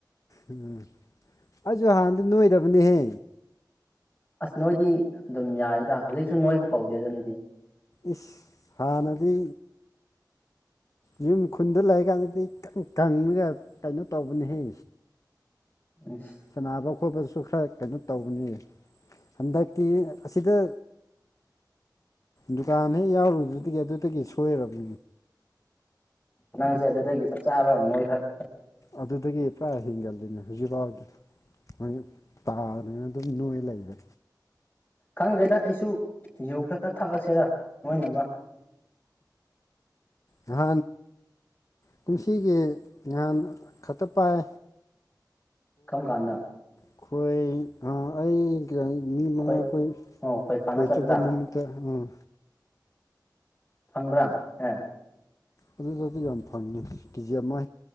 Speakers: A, on the left (about 45°); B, on the left (about 15°).
A: ꯎꯝ ꯑꯩꯁꯨ ꯍꯥꯟꯅꯗꯤ ꯅꯣꯏꯗꯕꯅꯦꯍꯦ
B: ꯑꯁ ꯅꯣꯏꯗꯤ ꯑꯗꯨꯝ ꯌꯥꯏꯗ ꯍꯧꯖꯤꯛꯁꯨ ꯅꯣꯏꯕꯨ ꯀꯧꯗꯦꯗ ꯅꯣꯏꯗꯤ
A: ꯏꯁ ꯍꯥꯟꯅꯗꯤ ꯌꯨꯝ ꯈꯨꯟꯗ ꯂꯩꯔꯤꯀꯥꯟꯗꯗꯤ ꯀꯪꯉꯒ ꯀꯩꯅꯣ ꯇꯧꯕꯅꯦꯍꯦ
B: <unintelligible>
A: ꯁꯥꯟꯅꯕ ꯈꯣꯠꯄꯁꯨ ꯈꯔ ꯀꯩꯅꯣ ꯇꯧꯕꯅꯤ ꯍꯟꯗꯛꯛꯇꯤ ꯑꯁꯤꯗ ꯗꯨꯀꯥꯟ ꯍꯦꯛ ꯌꯥꯎꯔꯨꯗꯨꯗꯒꯤ ꯑꯗꯨꯗꯒꯤ ꯁꯣꯏꯔꯕ
B: ꯅꯪꯁꯦ ꯑꯗꯨꯗꯒꯤ ꯆꯞ ꯆꯥꯕ ꯅꯣꯏꯈꯛ
A: ꯑꯗꯨꯗꯗꯒꯤ ꯄ꯭ꯔꯥ ꯍꯤꯡꯡꯜ ꯑꯗꯨꯅ ꯍꯧꯖꯤꯛꯐꯥꯎꯗꯤ ꯃꯣꯏ ꯇꯥꯗꯅ ꯑꯗꯨꯝ ꯅꯣꯏ ꯂꯩꯔꯦ
B: ꯈꯪꯗ꯭ꯔꯦꯗ ꯑꯩꯁꯨ ꯌꯨ ꯈꯔ ꯈꯔ ꯊꯛꯑꯁꯤꯦꯔ ꯅꯣꯏꯅꯕ
A: ꯍ ꯀꯨꯝꯁꯤꯒꯤ ꯉꯍꯥꯟ ꯈꯛꯇ ꯄꯥꯏ
B: ꯀꯝ ꯀꯥꯟꯗꯥ
A: ꯑꯩꯈꯣꯏ ꯑ ꯑꯩ ꯃꯤ ꯃꯉꯥ
B: ꯈꯣꯏ
A: ꯑꯩꯈꯣꯏ
B: ꯑꯣ ꯈꯣꯏ ꯐꯥꯅ
A: ꯀꯣꯏ
B: ꯆꯠꯄꯗ
A: ꯆꯠꯄ ꯅꯨꯃꯤꯠꯇ ꯑꯥ
B: ꯐꯪꯕ꯭ꯔꯥ ꯑꯦ
A: ꯑꯗꯨꯗꯗꯤ ꯌꯥꯝ ꯐꯪꯉꯤ ꯀꯦꯖꯤ ꯑꯃ